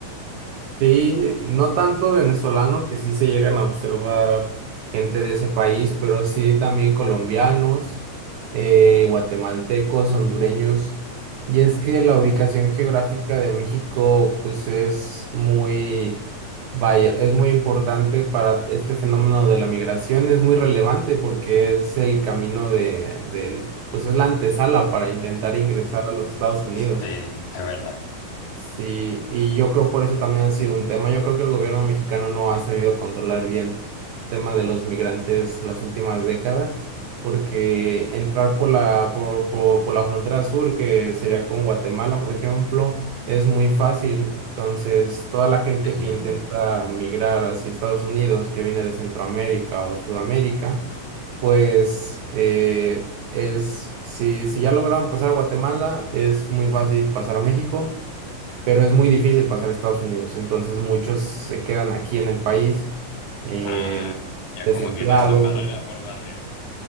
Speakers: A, on the right; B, on the left.
A: Sí, no tanto venezolano, que sí se llegan a observar gente de ese país, pero sí también colombianos, eh, guatemaltecos, hondureños. Y es que la ubicación geográfica de México, pues es muy, vaya, es muy importante para este fenómeno de la migración, es muy relevante porque es el camino de, de, pues es la antesala para intentar ingresar a los Estados Unidos.
B: Sí, es verdad.
A: Sí, y yo creo por eso también ha sido un tema. Yo creo que el gobierno mexicano no ha sabido controlar bien el tema de los migrantes las últimas décadas, porque entrar por la, por, por, por la frontera sur, que sería con Guatemala, por ejemplo, es muy fácil. Entonces, toda la gente
B: <clears throat>
A: que intenta migrar hacia Estados Unidos, que viene de Centroamérica o Sudamérica, pues eh, es, si, si ya lograron pasar a Guatemala, es muy fácil pasar a México pero es muy difícil pasar a Estados Unidos. Entonces muchos se quedan aquí en el país, eh,
B: Ah, ya
A: desempleados,
B: como que pasan barrera por barrera.